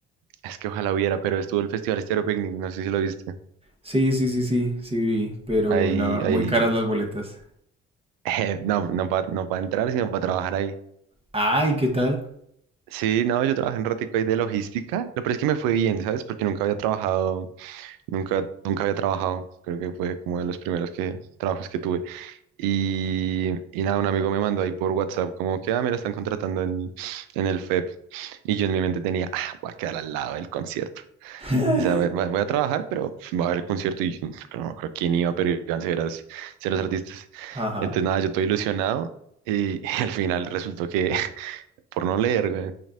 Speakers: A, on the right; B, on the right.
A: Es que ojalá hubiera, pero estuvo el Festival Estéreo Picnic, no sé si lo viste.
B: Sí, sí, sí, sí, sí vi, pero
A: Ahí,
B: no, muy
A: ahí,
B: caras las boletas.
A: <laughs> no, no para no pa entrar, sino para trabajar ahí.
B: Ay, ¿qué tal?
A: Sí, no, yo trabajé un ratico ahí de logística. Lo peor es que me fue bien, ¿sabes? Porque nunca había trabajado, nunca, nunca había trabajado. Creo que fue como de los primeros que, trabajos que tuve. Y, y nada, un amigo me mandó ahí por WhatsApp, como que, ah, mira, están contratando en, en el FEP. Y yo en mi mente tenía, ah, voy a quedar al lado del concierto.
B: <laughs>
A: O sea, voy, voy- voy a trabajar, pero va a haber el concierto y no me acuerdo quién iba, pero iban ceros, ceros artistas.
B: Ajá,
A: Entonces, nada, yo estoy ilusionado y <laughs> al final resultó que, <laughs> por no leer, güey,